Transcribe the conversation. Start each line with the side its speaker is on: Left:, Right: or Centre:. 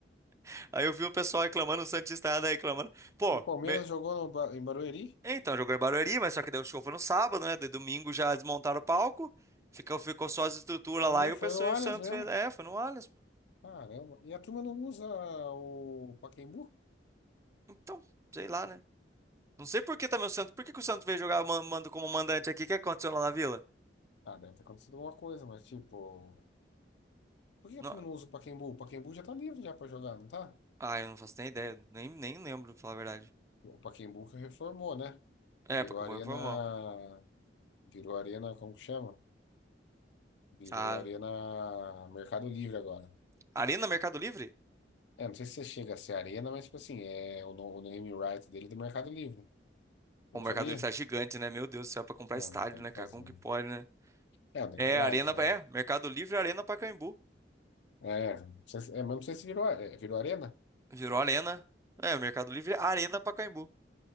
Right: <laughs> Aí eu vi o pessoal reclamando, o Santista ainda reclamando. Pô,
Left: E o Palmeiras
Right: me-
Left: jogou no Ba- em Barueri?
Right: então, jogou em Barueri, mas só que daí o show foi no sábado, né? De domingo já desmontaram o palco. Ficou, ficou só as estruturas
Left: É,
Right: lá
Left: não
Right: e
Left: foi
Right: o pessoal
Left: no Allianz
Right: e o Santos
Left: mesmo.
Right: fez. É, foi no Allianz, pô.
Left: Caramba. E a turma não usa o Pacaembu?
Right: Então, sei lá, né? Não sei por que também o Santos. Por que que o Santos veio jogar man- mando como mandante aqui? O que aconteceu lá na Vila?
Left: Ah, deve ter acontecido alguma coisa, mas tipo. Por que
Right: Não...
Left: a turma não usa o Pacaembu? O Pacaembu já tá livre já pra jogar, não tá?
Right: Ah, eu não faço nem ideia. Nem, nem lembro, pra falar a verdade.
Left: O Pacaembu que reformou, né?
Right: É,
Left: Virou
Right: porque
Left: Arena.
Right: acabou informal.
Left: Virou Arena, como que chama? Virou
Right: Ah,
Left: Arena Mercado Livre agora.
Right: Arena Mercado Livre?
Left: É, não sei se chega a ser arena, mas tipo assim, é o, no- o name right dele é do Mercado Livre.
Right: O
Left: Não
Right: Mercado
Left: sabia?
Right: Livre tá gigante, né? Meu Deus do céu, pra comprar
Left: Não,
Right: estádio,
Left: tem
Right: né,
Left: que
Right: cara?
Left: fazer.
Right: Como
Left: né?
Right: que pode, né?
Left: É, o name
Right: É,
Left: right,
Right: Arena.
Left: né?
Right: É, Mercado Livre, Arena Pacaembu.
Left: É, não sei se- é, mas não sei se virou, a- é, virou arena.
Right: Virou Arena. É, Mercado Livre, Arena Pacaembu.